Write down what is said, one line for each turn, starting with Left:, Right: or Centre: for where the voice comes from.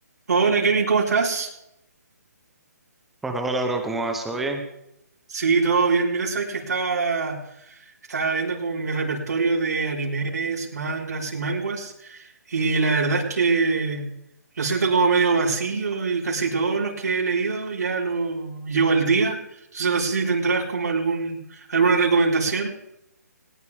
Right: Hola Kevin, ¿cómo estás?
Centre: Hola, hola, bro, ¿cómo vas? ¿Todo bien?
Right: Sí, todo bien. Mira, sabes que estaba, estaba viendo con mi repertorio de animes, mangas y manguas, y la verdad es que lo siento como medio vacío y casi todos los que he leído ya lo llevo al día. Entonces no sé si tendrás como algún, alguna recomendación.